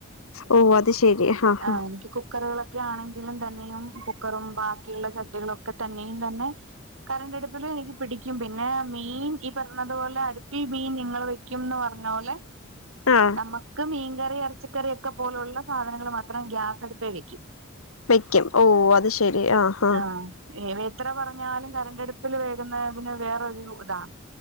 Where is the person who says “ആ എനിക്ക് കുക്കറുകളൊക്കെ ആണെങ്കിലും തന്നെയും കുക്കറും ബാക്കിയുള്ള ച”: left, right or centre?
Right